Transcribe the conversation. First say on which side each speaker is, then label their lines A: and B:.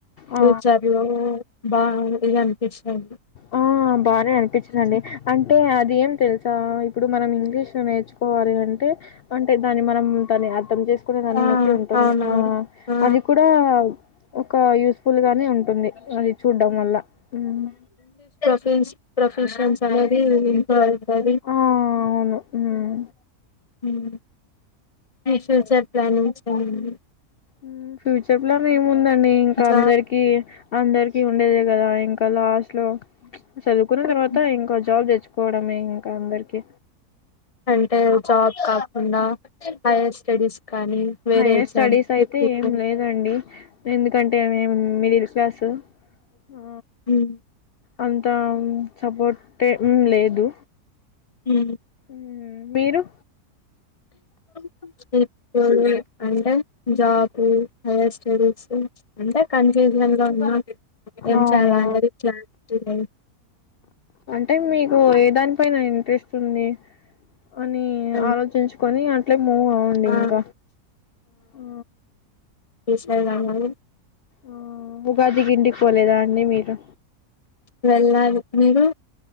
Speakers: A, on the left; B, on the left.
A: ఫ్యూచర్
B: ఆ
A: లో బాగుంది అనిపించింది
B: ఆ బాగానే అనిపించిందండి అంటే అది ఏం తెలుసా ఇప్పుడు మనం ఇంగ్లీష్ నేర్చుకోవాలి అంటే అంటే దాన్ని మనం దాన్ని అర్థం చేస్ తీసుకునే దాన్ని
A: ఆ
B: బట్టి ఉంటుంది
A: అవునవును
B: ఆ
A: ఆ
B: అది కూడా ఒక యూస్ఫుల్ గానే ఉంటుంది అది చూడ్డం వల్ల హ్మ్మ్.
A: పిస్ ప్రొఫెషన్సనేది ఇంట్లో అయ్తాది.
B: ఆ అవును హ్మ్
A: ఊమ్. ఫ్యూచర్ సెట్ ప్లానింగ్సేమన్న.
B: ఊమ్. ఫ్యూచర్ ప్లానేముందండి ఇంక
A: జాబ్
B: అందర్కీ అందర్కీ ఉండేదే గదా ఇంక లాస్ట్ లొ. చదువ్కున్న తర్వాత
A: హ్మ్.
B: ఇంకో జాబ్ దెచ్చు. కోడమే ఇంక అందర్కి.
A: అంటే జాబ్ కాక్ కుండా హైయ్యర్ స్టడీస్ కానీ వేరే
B: హైయ్యర్
A: ఎగ్జామ్
B: స్టడీసైతే
A: ఇప్పుడు
B: ఏం లేదండి ఎందుకంటేే మేమ్ మీర్ వ్యాసు ఓ.
A: ఉమ్.
B: అంత సపోట్ట్ ఏం లేదు.
A: హుమ్.
B: మ్ మీరు.
A: <unintelligible> అంటె జాబు హైయ్యర్ స్టడీసు అంటె కన్ఫ్యూజనల్గ ఉన్నా. ఏమ్
B: అవునా
A: చెయ్యాల అనేది ప్లాన్. <unintelligible>
B: టె మీకు ఏదాన్ పైన ఇంట్రెస్టుంది. అని
A: అండ్
B: ఆలోచించ్కొని అన్ మూ ఔండి
A: ఆ
B: ఇంక ఆ.
A: ఇన్ష్టాగ్రాము అవి.
B: ఓ ఉగాదిగింటిక్పోలేదా అండి మీరు.
A: వెళ్ళాలి మీరు.